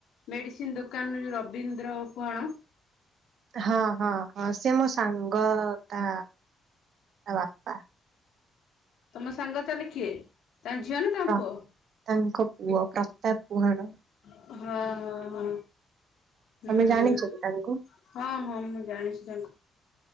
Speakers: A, on the left; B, on the right.
A: ମେଡିସିନ ଦୋକାନରେ ଯୋଉ ରବୀନ୍ଦ୍ର କୁଆଣ।
B: ହଁ ହଁ ହଁ ସେ ମୋ ସାଙ୍ଗ ତା ତା ବାପା।
A: ତମ ସାଙ୍ଗ ତାହଲେ କିଏ ତାଙ୍କ ଝିଅ ନା ତାଙ୍କ
B: ପ୍ର
A: ପୁଅ?
B: ତାଙ୍କ ପୁଅ ପ୍ରତାପ ପୁହାଣ
A: ହଁ ହଁ ହଁ। ହୁଁ
B: ତମେ ଜାଣିଛ କି ତାଙ୍କୁ
A: ହଁ ହଁ ମୁଁ ଜାଣିଛି ତାଙ୍କୁ।